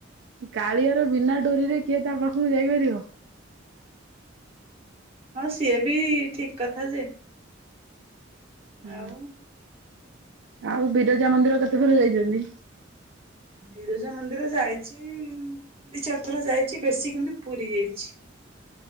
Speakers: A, on the right; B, on the right.
A: କାଳିଆର ବିନା ଡୋରିରେ କିଏ ତା ପାଖକୁ ଯାଇପାରିବ।
B: ହଁ ସିଏ ବି ଠିକ କଥା ଯେ
A: ହୁଁ
B: ଆଉ
A: ଆଉ ବିରଜା ମନ୍ଦିର କେତେ ଥର ଯାଇଛନ୍ତି?
B: ବିରଜା ମନ୍ଦିର ଯାଇଛି ଦିଇ ଚାରି ଥର ଯାଇଛି ବେଶୀ କିନ୍ତୁ ପୁରୀ ଯାଇଛି।